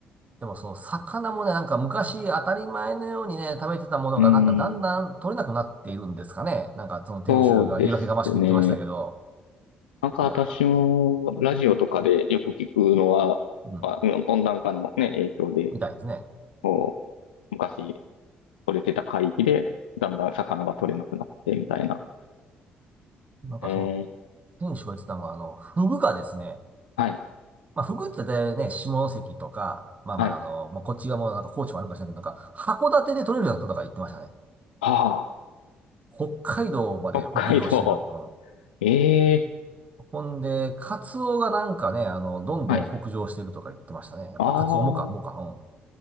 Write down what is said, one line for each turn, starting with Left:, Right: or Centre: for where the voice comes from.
Right: でもその魚もね、なんか昔当たり前のようにね、食べてたものがなんかだんだん取れなくなっているんですかね。
Left: うーん、
Right: なんかその店主が言い訳がましく言ってましたけど、
Left: そうですね。なんか私もラジオとかでよく聞くのは、
Right: いやー、うん、
Left: まあ、うん温暖化のね、影響で、
Right: みたいですね。
Left: こう、昔取れてた海域で、だんだん魚が取れなくなってみたいな。
Right: なんかその
Left: えー、
Right: 店主が言ってたのが、あの、フグがですね、
Left: はい、
Right: まあフグって大体ね、下関とか、まあまああの、
Left: はい。
Right: まあ、こっちがもうなんか高知もあるかかしれないけど、なんか函館で取れるようなこととか言ってましたね。
Left: あ
Right: 北海道まで北上してる。
Left: あ、北海道。
Right: うん
Left: ええー
Right: ほんで、カツオがなんかね、あの、どんどん北上してるとか言ってましたね。
Left: はい。
Right: やっぱカツオもか、
Left: ああ、
Right: もか、うん。